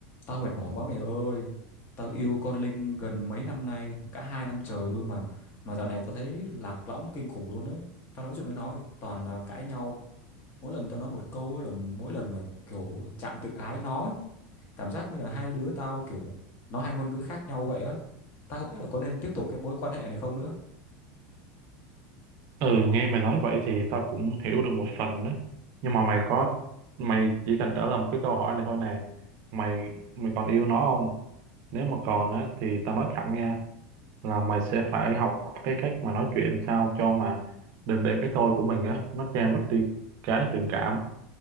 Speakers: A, on the left; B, on the right.
A: Tao mệt mỏi quá mày ơi. Tao yêu con Linh gần mấy năm nay, cả hai năm trời luôn mà. Mà dạo này tao thấy lạc lõng kinh khủng luôn ấy. Tao nói chuyện với nó thì toàn là cãi nhau. Mỗi lần tao nói một câu ấy là mỗi lần mà kiểu chạm tự ái nó, ấy. cảm giác như là hai đứa tao kiểu nó hai ngôn ngữ khác nhau vậy á. Tao không biết là có nên tiếp tục cái mối quan hệ này không nữa.
B: Ừ, nghe mày nói vậy thì tao cũng hiểu được một phần đó. Nhưng mà mày có, mày chỉ cần trả lời một cái câu hỏi này thôi nè. Mày, mày còn yêu nó không? Nếu mà còn á, thì tao nói thẳng nha, là mày sẽ phải học cái cách mà nói chuyện sao cho mà đừng để cái tôi của mình á, nó che mất đi cái tình cảm.